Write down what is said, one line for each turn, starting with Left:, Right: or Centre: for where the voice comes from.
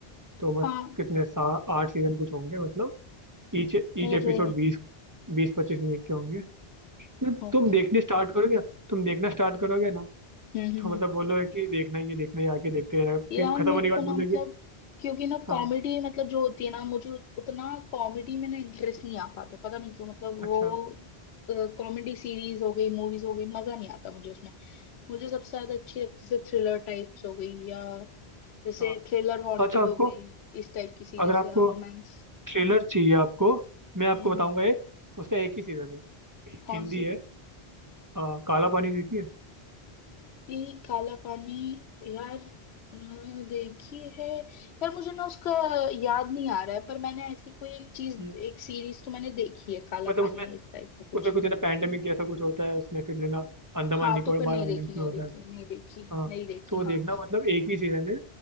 Right: तो बस
Left: हाँ
Right: कितने सा आठ सीजन कुछ होंगे मतलब ईच ईच
Left: अरे
Right: एपिसोड बीस बीस पच्चीस मिनट के होंगे तो
Left: ओके
Right: तुम देखने स्टार्ट करोगे तुम देखना स्टार्ट करोगे ना
Left: हम्म हम्म
Right: तो
Left: हम्म।
Right: मतलब बोलोगे कि देखना ही है देखना ही है, आगे देखते रहना
Left: यार
Right: फिर खत्म
Left: मेरे
Right: होने के बाद
Left: को ना
Right: बोलोगे
Left: मतलब क्योंकि ना
Right: हाँ
Left: कॉमेडी मतलब जो होती है ना मुझे उतना कॉमेडी में ना इंटरेस्ट नहीं आ पाता पता नहीं क्यों मतलब वो
Right: अच्छा
Left: कॉमेडी सीरीज हो गई मूवीज हो गई मजा नहीं आता मुझे उसमें मुझे सबसे ज्यादा अच्छी लगती है थ्रिलर टाइप्स हो गई या जैसे
Right: हाँ
Left: थ्रिलर हॉन्टेड
Right: तो अच्छा आपको
Left: हो गई इस टाइप की सीरीज
Right: अगर आपको
Left: या रोमांस
Right: थ्रिलर चाहिए आपको मैं आपको
Left: हम्म
Right: बताऊंगा
Left: हम्म।
Right: एक उसका एक ही सीजन है
Left: कौन
Right: हिंदी
Left: सी
Right: है अ, काला पानी देखिए
Left: ये काला पानी यार अ, देखी है यार मुझे ना उसका याद नहीं आ रहा है पर मैंने ऐसी कोई एक चीज
Right: हम्म,
Left: एक सीरीज तो मैंने देखी है काला
Right: मतलब
Left: पानी
Right: उसमें
Left: इस टाइप का कुछ
Right: उसमें कुछ है ना पैंडेमिक जैसा कुछ होता है उसमें फिर है ना अंडमान
Left: हाँ
Right: निकोबार
Left: तो फिर नहीं
Right: आइलैंड्स
Left: देखी नहीं
Right: में होता
Left: देखी
Right: है
Left: नहीं देखी
Right: हाँ
Left: नहीं देखी
Right: तो वो देखना
Left: हाँ
Right: मतलब एक ही सीजन है